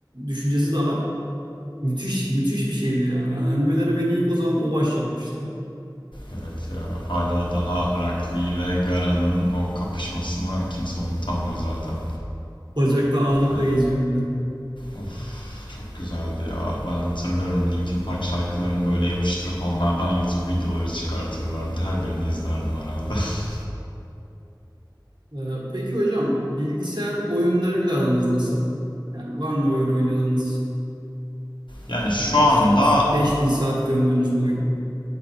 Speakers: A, on the right (about 75°); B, on the left (about 80°).
A: düşüncesi de var. Müthiş müthiş bir şeydi ya. Yani animeleri beni ilk o zaman o başlatmıştı.
B: Evet ya hala daha Rakli ve Gara'nın o kapışmasını kimse unutamıyor zaten.
A: Bacakta ağırlıkla
B: Ha,
A: geziyor millet.
B: Of çok güzeldi ya. Ben hatırlıyorum Linkin Park şarkılarını böyle yapıştırıp onlardan YouTube videoları çıkartırlardı. Her birini izlerdim herhalde. <laughs>
A: Ee, peki hocam bilgisayar oyunlarıyla aranız nasıl? Yani var mı böyle oynadığınız
B: Yani şu
A: Ee,
B: anda
A: İşte 5000 saat gömdüğünüz bir oyun.